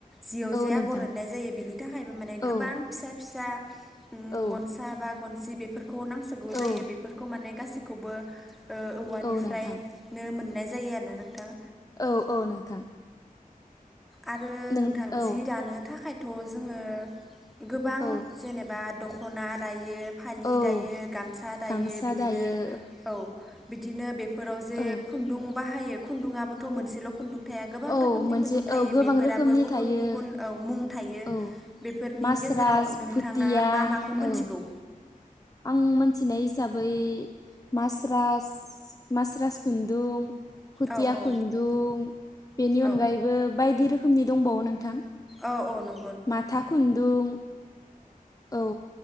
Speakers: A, in the centre; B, on the left.
A: जियाव
B: औ
A: जाया
B: नोंथां
A: आगरनाय जायो बिनि थाखायबो माने
B: औ
A: गोबां फिसा फिसा उम
B: औ
A: गनसा बा गनसि बेफोरखौ नांसगौ जायो
B: औ
A: बेफोरखौ माने गासैखौबो ओ औवानिफ्रायनो
B: औ नोंथां
A: मोननाय जायो आरोना नोंथां।
B: औ औ नोंथां
A: आरो
B: नों
A: नोंथां
B: औ
A: जि दानो थाखायथ' जोङो गोबां
B: औ
A: जेनेबा दख'ना दायो फालि
B: औ
A: दायो गामसा दायो
B: गामसा
A: बिदिनो
B: दायो
A: औ बिदिनो बे फोराव जे
B: औ
A: खुन्दुं बाहायो खुन्दुङाबोथ' मोनसेल' खुन्दुं थाया गोबां
B: औ
A: रोखोमनि
B: मोनसे
A: खुन्दुं थायो
B: औ गोबां
A: बेफोराबो
B: रोखोमनि
A: गुबुन
B: थायो
A: गुबुन औ मुं थायो
B: औ
A: बेफोरनि
B: मास्रास
A: गेजेराव नोंथाङा
B: फुथिया
A: मा माखौ मिथिगौ?
B: औ आं मिथिनाय हिसाबै मास्रास मास्रास खुन्दुं खुथिया
A: औ औ
B: खुन्दुं बेनि अनगायैबो
A: औ
B: बायदि रोखोमनि दंबावो नोंथां।
A: औ औ नं
B: माथा खुन्दुं औ